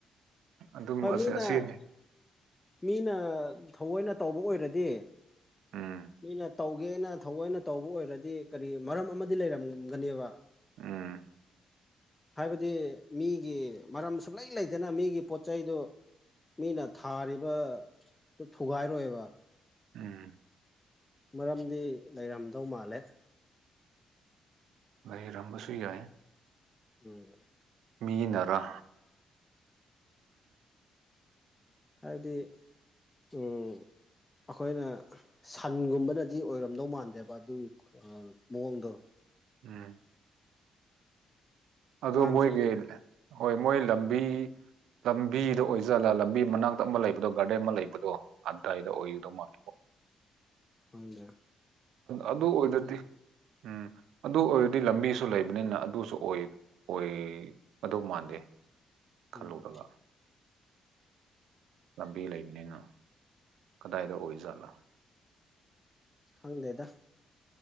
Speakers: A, on the right; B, on the left.
A: ꯑꯗꯨ
B: ꯍꯣꯏ
A: ꯑꯁꯤꯅꯤ
B: ꯃꯤꯅ ꯃꯤꯅ ꯊꯑꯣꯏꯅ ꯇꯧꯕ ꯑꯣꯏꯔꯗꯤ
A: ꯎꯝ
B: ꯅꯅ ꯇꯧꯒꯦꯅ ꯊꯑꯣꯏꯅ ꯇꯧꯕ ꯑꯣꯏꯔꯗꯤ ꯀꯔꯤ ꯃꯔꯝ ꯑꯃꯗꯤ ꯂꯩꯔꯝꯒꯅꯦꯕ
A: ꯑꯝ
B: ꯍꯥꯏꯕꯗꯤ ꯃꯤꯒꯤ ꯃꯔꯝ ꯁꯨꯂꯩ ꯂꯩꯇꯅ ꯃꯤꯒꯤ ꯄꯣꯠ ꯆꯩꯗꯨ ꯃꯤꯅ ꯊꯥꯔꯤꯕꯗꯨ ꯊꯨꯒꯥꯏꯔꯣꯏꯕ
A: ꯎꯝ
B: ꯃꯔꯝꯗꯤ ꯂꯩꯔꯝꯗꯧ ꯃꯥꯜꯂꯦ
A: ꯏ ꯔꯪꯕꯁꯨꯏ ꯌꯥꯑ
B: ꯎꯝ
A: ꯃꯤꯅꯔ
B: ꯍꯥꯏꯕꯗꯤ ꯎꯝ ꯑꯩꯈꯣꯏꯅ ꯁꯟꯒꯨꯝꯕꯅꯗꯤ ꯑꯣꯏꯔꯝꯗꯧ ꯃꯥꯟꯗꯦꯕ ꯑꯗꯨꯒꯤ ꯃꯑꯣꯡꯗꯣ
A: ꯎꯝ ꯑꯣ
B: ꯃꯥꯅꯁꯨ
A: ꯃꯣꯏꯒꯤ ꯍꯣꯏ ꯃꯣꯏ ꯂꯝꯕꯤ ꯂꯝꯕꯤꯗ ꯑꯣꯏꯖꯜꯂ ꯂꯝꯕꯤ ꯃꯅꯥꯛꯇ ꯑꯃ ꯂꯩꯕꯗꯣ ꯒꯥꯔꯗꯦꯟ ꯑꯃ ꯂꯩꯕꯗꯣ ꯑꯗꯨꯗꯥꯋꯥꯏꯗ ꯑꯣꯏꯒꯗꯧ ꯃꯥꯜꯜꯂꯤꯕꯣ
B: ꯐꯪꯗ <inaudible>
A: ꯑꯗꯨ ꯑꯣꯏꯔꯗꯤ ꯎꯝ ꯑꯗꯨ ꯑꯣꯏꯔꯗꯤ ꯂꯝꯕꯤꯁꯨ ꯂꯩꯕꯅꯤꯅ ꯑꯗꯨꯁꯨ ꯑꯣꯏ ꯑꯗꯨ ꯃꯥꯟꯗꯦ ꯈꯜꯂꯨꯔꯒ
B: ꯎꯝ
A: ꯂꯝꯕꯤ ꯂꯩꯕꯅꯤꯅꯪ ꯀꯗꯥꯏꯗ ꯑꯣꯏ ꯖꯥꯠꯂꯥ
B: ꯈꯪꯗꯦꯗ